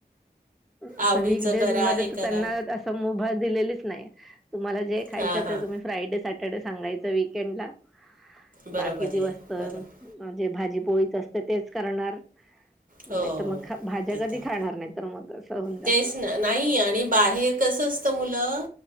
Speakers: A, in the centre; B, on the right (about 55°).
A: असं
B: आवडीच
A: वीकडेज
B: करा
A: मध्ये
B: हे
A: तर
B: करा
A: त्यांना असं मुभा दिलेलीच नाही तुम्हाला जे खायचय
B: हां हां
A: ते तुम्ही फ्रायडे साठी त्यांना सांगायचं वीकेंड ला
B: बरोबर
A: बाकी दिवस
B: आहे
A: तर
B: बरोबर
A: जे भाजी पोळीच असते तेच करणार नाही
B: हो
A: तर मग भाज्या
B: ते
A: कधी
B: तर आहे.
A: खाणार नाहीत. तर मग असं होऊन जातं.
B: तेच ना नाही आणि बाहेर कसं असतं मुलं